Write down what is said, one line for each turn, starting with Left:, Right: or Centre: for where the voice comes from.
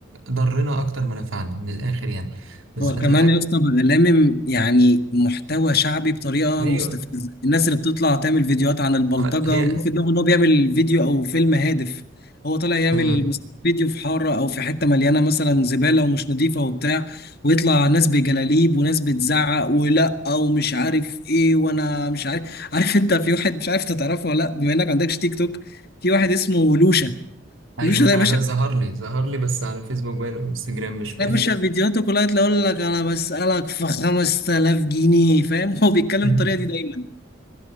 Right: ضرنا اكتر ما نفعنا من الاخر يعني بالذات
Left: هو كمان
Right: الاجل
Left: يا اسطى بقى لامم يعني محتوى شعبي بطريقه
Right: ايوه
Left: مستفزه الناس اللي بتطلع تعمل فيديوهات عن البلطجه
Right: آه، هي
Left: وفي دماغه ان هو بيعمل فيديو او فيلم هادف هو طالع يعمل
Right: مم.
Left: مس- فيديو في حاره او في حته مليانه مثلا زباله ومش نظيفه وبتاع ويطلع ناس بجلاليب وناس بتزعق ولا ومش عارف ايه وانا مش عارف عارف انت في واحد مش عارف انت تعرفه ولا لا بما انك ما عندكش تيك توك في واحد اسمه لوشا
Right: ايوه
Left: لوشا ده
Right: انا
Left: يا باشا
Right: بقى ظهر لي ظهر لي بس على فيسبوك باين او انستجرام مش فاكر
Left: يا باشا فيديوهاته كلها تلاقي يقول لك انا بسألك في 5000 جنيه فاهم <laughs> هو بيتكلم
Right: <laughs>
Left: بالطريقه دي دايما